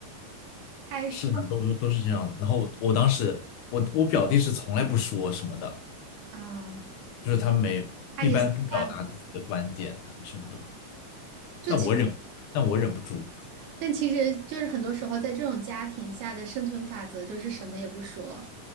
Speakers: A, on the right; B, on the left.
A: 她还是她
B: 是的，都都是这样。然后我当时我我表弟是从来不说什么的，
A: 啊，
B: 就是他没一般不表达自己的观点啊什么的，
A: 她也习惯了。就其实，
B: 但我忍，但我忍不住。
A: 但其实就是很多时候在这种家庭下的生存法则就是什么也不说，